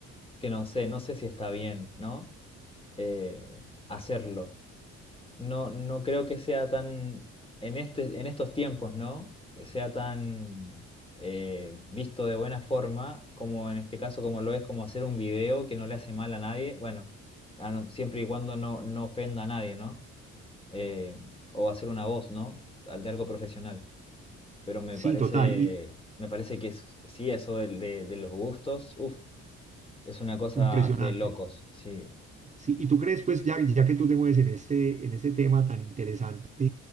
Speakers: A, on the left; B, on the right.
A: que no sé, no sé si está bien, ¿no? Eh, hacerlo. No, no creo que sea tan, en este, en estos tiempos, ¿no? Sea tan eh, visto de buena forma como en este caso, como lo es como hacer un video que no le hace mal a nadie, bueno, a no- siempre y cuando no, no ofenda a nadie, ¿no? Eh, o hacer una voz, ¿no? Al De algo profesional. Pero me
B: Sí,
A: parece,
B: total, y
A: me parece que es- sí, eso del- de, de los gustos, uf, es una cosa
B: impresionante.
A: de locos, sí.
B: Sí, y tú crees, pues ya, ya que tú te mueves en este, en este tema tan interesante,